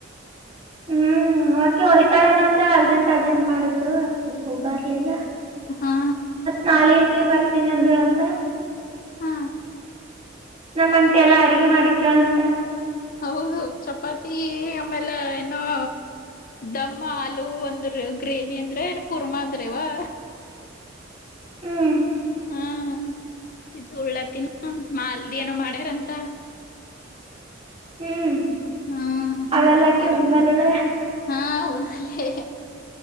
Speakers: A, on the right; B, on the left.
A: ಹ್ಮ್ ಆಕೆ ಹೊಯ್ತಾಳೇನ ಅಂತ ಅರ್ಜೆಂಟ್ ಅರ್ಜೆಂಟ್ ಮಾಡಿದ್ಲು ಆಕೆ ಬರ್ಲಿಲ್ಲ
B: ಹಾ
A: ನಾಳಗ ಬರ್ತೀನಿ ಅಂದಳಂತ
B: ಹಾ
A: ನಮ್ಮಂಟಿ ಎಲ್ಲಾ ಅಡ್ಗೆ ಮಾಡಿ ಕೇಳಂತ
B: ಹೌದೌದು ಚಪಾತಿ ಈ ಆಮೇಲೆ ಹ ದಮ ಆಲೂ ಅಂದ್ರ ಗ್ರೇವಿ ಅಂದ್ರೆ ಏ ಕುರ್ಮಾ ಅಂದ್ರಿವಾ
A: ಹ್ಮ್
B: ಹಾ ಸಿದ್ದ ಉಳ್ಳತ್ತಿನ ಮಾ ಅಲ್ದಿ ಏನೋ ಮಾಡ್ಯಾರಂತ
A: ಹ್ಮ್
B: ಹ್ಮತ್ತ
A: ಅವೆಲ್ಲಾಕಿ ಉಂಬಲುಳ
B: ಹಾ ಅಲೆ